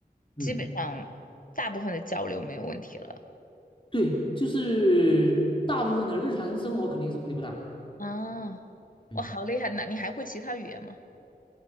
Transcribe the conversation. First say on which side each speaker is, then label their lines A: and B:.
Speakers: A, on the left; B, on the left.
A: 嗯，
B: 基本上大部分的交流没有问题了
A: 对，就是大部分的日常生活肯定是问题不大。
B: 啊，
A: 嗯。
B: 哇，好厉害！那你还会其他语言吗？